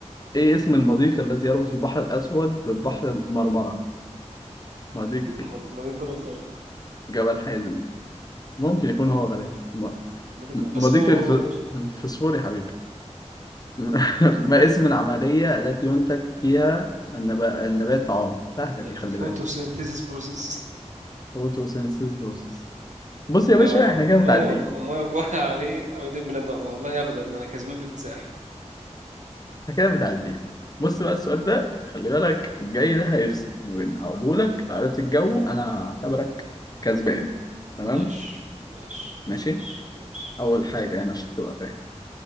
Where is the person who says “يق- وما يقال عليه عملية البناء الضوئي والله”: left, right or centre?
Right